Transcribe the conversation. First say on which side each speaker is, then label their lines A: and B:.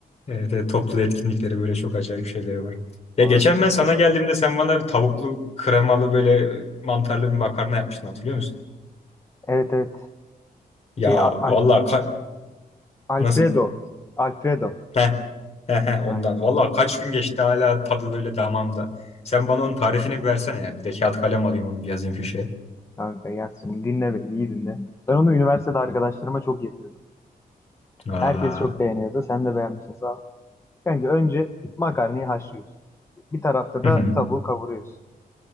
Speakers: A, on the left; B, on the left.
A: evet, evet, toplu etkinlikleri böyle çok acayip şeyleri var. Ya
B: Vay
A: geçen ben sana
B: kanka.
A: geldiğimde sen bana bir tavuklu, kremalı böyle mantarlı bir makarna yapmıştın hatırlıyor musun?
B: Evet evet.
A: Ya
B: Şey Al- Al-
A: vallahi ka-
B: Alfredo.
A: nasıl?
B: Alfredo.
A: Heh, heh, heh, ondan.
B: Aynen.
A: Vallahi kaç gün geçti hala tadı böyle damamda. Sen bana onun tarifini bir versene ya. Bir de kağıt kalem alayım onu bir yazayım köşeye.
B: Kanka yaz şimdi dinle beni iyi dinle. Ben onu üniversitede arkadaşlarıma çok yapıyordum.
A: Aa.
B: Herkes çok beğeniyordu. Sen de beğenmişsin sağ ol. Kanka önce makarnayı haşlıyorsun. Bir tarafta
A: Hı
B: da
A: hı,
B: tavuğu kavuruyorsun.